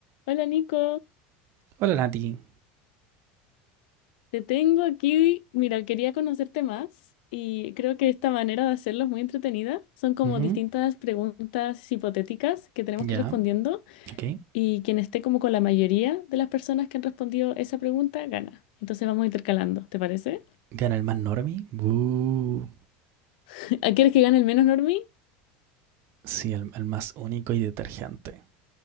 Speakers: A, on the left (about 75°); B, on the right (about 50°).
A: Hola Nico,
B: Hola, Nati.
A: te tengo aquí. Mira, quería conocerte más y creo que esta manera de hacerlo es muy entretenida. Son como
B: Ujú,
A: distintas preguntas hipotéticas que tenemos
B: Ya,
A: que ir respondiendo
B: ok.
A: y quien esté como con la mayoría de las personas que han respondido esa pregunta gana. Entonces vamos intercalando, ¿te parece?
B: Gana el más normie. Buh.
A: <laughs> ¿Ah, ¿Quieres que gane el menos normie?
B: Sí, el, el más único y detergente.